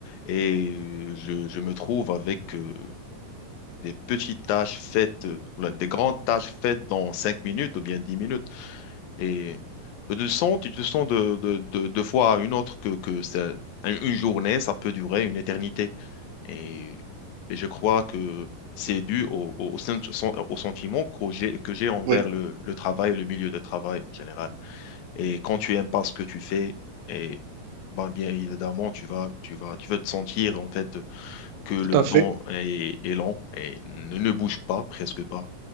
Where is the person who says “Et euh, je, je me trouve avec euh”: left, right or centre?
Left